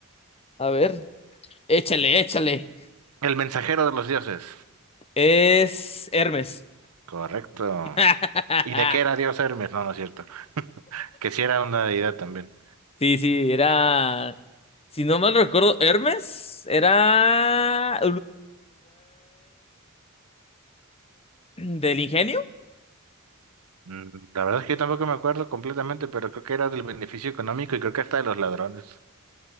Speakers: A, on the left; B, on the right.
A: A ver. Échale, échale.
B: El mensajero de los dioses.
A: Es Hermes.
B: Correcto.
A: <laughs>
B: ¿Y de qué era dios Hermes? No, no es cierto. <laughs> Que si era una deidad también.
A: Sí, sí, era. Si no mal recuerdo, Hermes era. Del ingenio.
B: Mm, La verdad es que yo tampoco me acuerdo completamente, pero creo que era del beneficio económico y creo que hasta de los ladrones.